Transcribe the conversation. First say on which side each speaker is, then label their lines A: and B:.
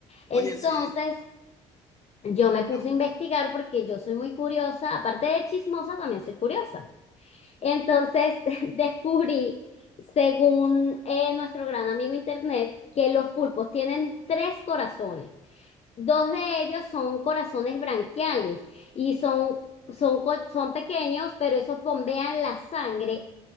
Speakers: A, on the left; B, on the left.
A: Oye,
B: Entonces,
A: sí,
B: Yo me puse
A: yo-
B: a investigar porque yo soy muy curiosa, aparte de chismosa, también soy curiosa. Entonces <laughs> descubrí, según eh, nuestro gran amigo Internet, que los pulpos tienen tres corazones. Dos de ellos son corazones branquiales y son, son, co- son pequeños, pero esos bombean la sangre